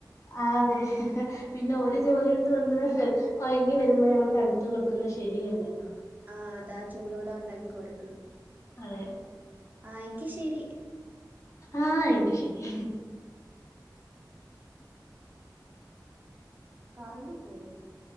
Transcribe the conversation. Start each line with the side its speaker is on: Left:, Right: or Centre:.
Left: ആഹ് അതെ പിന്നെ ഒരു ജോലി എടുത്ത് വന്ന് കൊയ്ങ്ങി വരുമ്പോ നമ്മൾ തണുത്ത് കൊടുക്കുന്നത് ശരിയല്ലല്ലോ
Right: ആഹ് അതാ ചൂടോടെ ഉണ്ടാക്കി കൊടുക്കണം
Left: അതെ
Right: ആഹ് എങ്കി ശരി
Left: ആ എങ്കി ശരി
Right: കറണ്ടും പോയി